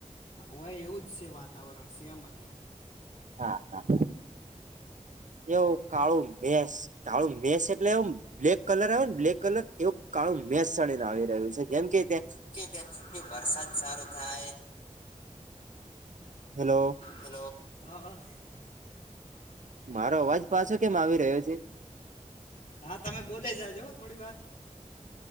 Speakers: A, on the left (about 80°); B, on the right (about 70°).
A: આ એવું વજ છે વાતાવરણ છે સેમ અજ એમ.
B: હા હા હા એવું કાળું ભસ કાળું ભસ એટલે આમ બ્લેક કલર આવે ને બ્લેક કલર એવું કાળું મેશ ચાળીને આવી રહ્યું છે જેમ કે ત્યા
A: કે ત્યાં છૂ વરસાદ સારો થાય
B: હેલો
A: હલો હા આહ.
B: મારો અવાજ પાછો કેમ આવી રહ્યો છે?
A: હા, તમે બોલે જાજો થોડી વાર